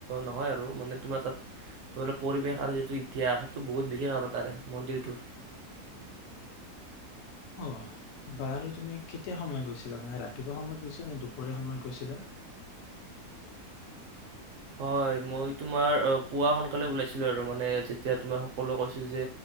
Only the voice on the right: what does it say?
নহয় আৰু তাত পৰিৱেশ আৰু যিটো ইতিহাস সেইটো বহুত বিশেষ আৰু তাৰে মন্দিৰটোৰ
হয় মই তোমাৰ পুৱা সোনকালে ওলাইছিলো আৰু মানে যেতিয়া তোমাৰ সকলোৱে কৈছিল যে